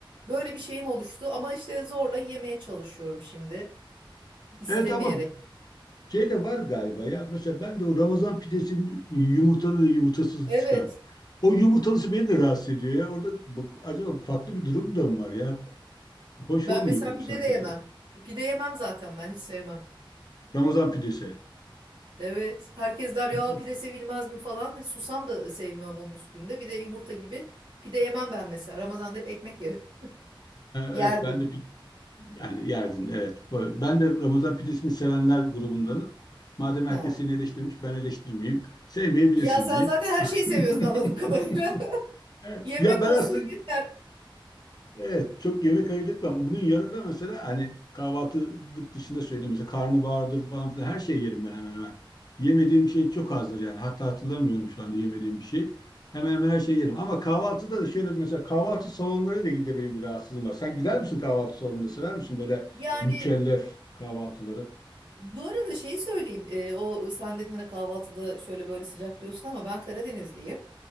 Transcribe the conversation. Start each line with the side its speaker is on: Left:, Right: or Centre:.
Right: böyle bir şeyim oluştu ama işte zorla yemeye çalışıyorum şimdi istemeyerek.
Left: Evet ama şey de var galiba ya. Mesela ben de o Ramazan pidesinin yumurtalı ve yumurtasız
Right: Evet
Left: çıkar. O yumurtalısı beni de rahatsız ediyor ya. Orada bak- acaba farklı bir durum da mı var ya? Hoş
Right: ben
Left: olmuyor
Right: mesela
Left: kokusu
Right: pide
Left: hakikaten.
Right: de yemem. Pide yemem zaten ben hiç sevmem.
Left: Ramazan pidesi.
Right: Evet. Herkes der ya
Left: Ee,
Right: pide sevilmez mi falan. E, Susam da sevmiyorum onun üstünde. Bir de yumurta gibi pide yemem ben mesela. Ramazan'da hep ekmek yerim. <laughs> Yerdim.
Left: evet ben de pi- yani yerdin evet. Bu- Ben de Ramazan pidesini sevenler grubundanım. Madem herkes
Right: Ha.
Left: seni eleştirmiş ben eleştirmeyeyim. Sevmeyebilirsin
Right: Ya sen
Left: diyeyim.
Right: zaten her
Left: <laughs>
Right: şeyi seviyorsun anladığım kadarıyla. <laughs>
Left: Evet.
Right: Yemek
Left: Ya ben
Right: olsun
Left: aslında
Right: yeter.
Left: Evet, çok yemek ayırt etmem. Bunun yanında mesela hani kahvaltılık dışında söyleyeyim mesela karnabahardır falan filan her şey yerim ben hemen hemen. Yemediğim şey çok azdır yani. Hatta hatırlamıyorum şu anda yemediğim bir şey. Hemen hemen her şeyi yerim. Ama kahvaltıda da şöyle bir mesela kahvaltı salonlarıyla ilgili de benim bir rahatsızlığım var. Sen gider misin kahvaltı salonunda? Sever misin böyle
Right: Yani
Left: mükellef kahvaltıları?
Right: bu arada şeyi söyleyeyim. Ee, o sen dedin hani kahvaltıda şöyle böyle sıcak diyorsun ama ben Karadenizliyim.